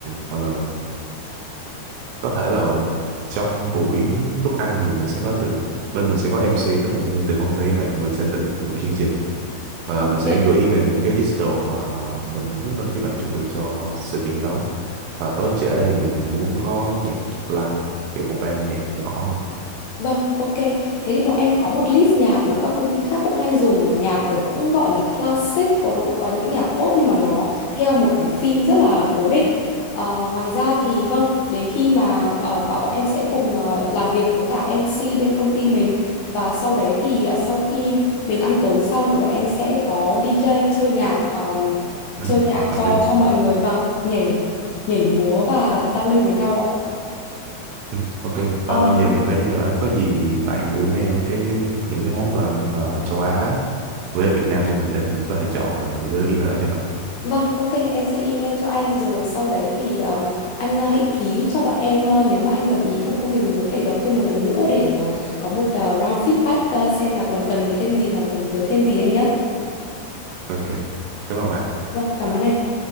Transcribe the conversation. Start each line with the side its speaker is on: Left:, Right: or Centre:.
Right: ờ, có thể là trong buổi lúc ăn thì mình sẽ có từ bên mình sẽ có MC tức là nhân viên từ công ty các bạn mình sẽ tự phụ chương trình và
Left: Ok.
Right: mình sẽ gửi email những cái list đồ mà mình muốn bên phía bạn chuẩn bị cho sự kiện đó và tối trễ thì mình muốn có nhạc live kiểu một band nhạc nhỏ thôi
Left: Vâng, ok. Thế thì bọn em có một list nhạc mà các công ty khác cũng hay dùng là nhạc kiểu cũng gọi là classic, còn nó cũng có những nhạc pop nhưng mà nó theo một cái theme rất là cố định. Ờ, ngoài ra thì vâng, đến khi mà ờ, và bọn em sẽ cùng ờ, làm việc với cả MC bên công ty mình và sau đấy thì ờ, sau khi mình ăn tối xong thì bọn em sẽ có DJ chơi nhạc ờm,
Right: ừ,
Left: chơi nhạc cho
Right: hợp lý
Left: cho mọi người vâng, nhảy nhảy múa và giao lưu với nhau
Right: Ừ, Ok, Ờ,
Left: ạ.
Right: giờ mình phải đi rồi. Có gì bạn gửi mail cái những cái món đồ ăn ờ, châu Á với Việt Nam cho mình để mình có thể chọn rồi mình gửi email lại cho bạn.
Left: Vâng, ok, em sẽ email cho anh rồi sau đấy thì um, anh uh, hãy ký cho bọn em uh, nếu mà anh đồng ý còn không thì mình có thể gặp thêm một lần nữa để uh, có một uh, round feedback uh, xem là còn cần thêm gì hoặc là cần thiếu thêm gì anh nhé.
Right: Ok, cảm ơn bạn.
Left: Vâng, cảm ơn anh.